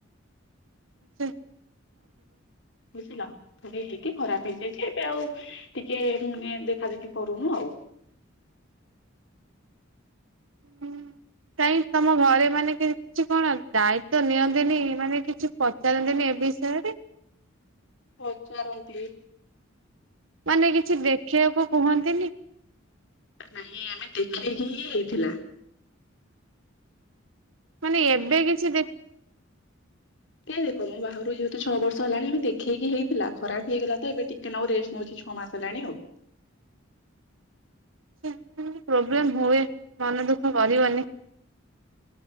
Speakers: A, on the right (about 75°); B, on the left (about 65°).
A: ହେ ହୁଁ
B: ବୁଝିଲ ଥ ଏଇକି ଖରାପ ହେଇଯାଇଛି ଏବେ ଆଉ ଟିକେ ମାନେ ଦେଖା ଦେଖି କରୁନୁ ଆଉ
A: ହୁଁ। କାଇଁ ତମ ଘରେ ମାନେ କିଛି କଣ ଦାୟିତ୍ଵ ନିଅନ୍ତିନି ମାନେ କିଛି ପଚାରନ୍ତିନି ଏ ବିଷୟରେ?
B: ପଚାରନ୍ତି?
A: ମାନେ କିଛି ଦେଖିବାକୁ କୁହନ୍ତିନି?
B: ନାହିଁ ଆମେ ଦେଖେଇକି ହିଁ ହେଇଥିଲା?
A: ମାନେ
B: ଦେଖେଇକି
A: ଏବେ କିଛି ଦେ
B: ଏ ଦେଖ ମୋ ବାହାଘରକୁ ଯେହେତୁ ଛଅ ବର୍ଷ ହେଲାଣି ଏବେ ଦେଖେଇକି ହେଇଥିଲା ଖରାପ ହେଇଗଲା ତ ଏବେ ଟିକେ ଟିକେ ନକୁ ରେଷ୍ଟ ନଉଛି ଛଅ ମାସ ହେଲାଣି ଆଉ
A: ଏମିତି ପ୍ରୋବ୍ଲେମ ହୁଏ ମନ ଦୁଃଖ କରିବନି?